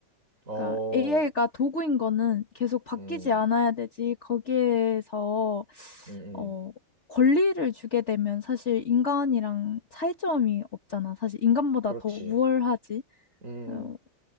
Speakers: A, on the right (about 40°); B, on the left (about 40°).
A: 어,
B: 그러니까 AI가 도구인 거는 계속 바뀌지
A: 음,
B: 않아야 되지. 거기에서
A: 음,
B: 어
A: 음.
B: 권리를 주게 되면 사실 인간이랑 차이점이 없잖아. 사실 인간보다
A: 그렇지.
B: 더 우월하지.
A: 음,
B: 어,